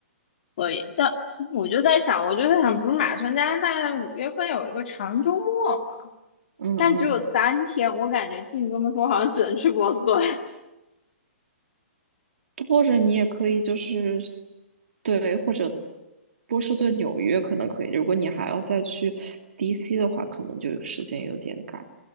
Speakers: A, on the left; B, on the right.
A: 可以。但我就在想，我就在想，不是马上加拿大五月份有一个长周末嘛？
B: 嗯嗯。
A: 但只有三天，我感觉听你这么说，好像只能去波士顿。
B: 或者你也可以就是，对，或者波士顿、纽约可能可以。如果你还要再去 DC 的话，可能就时间有点赶。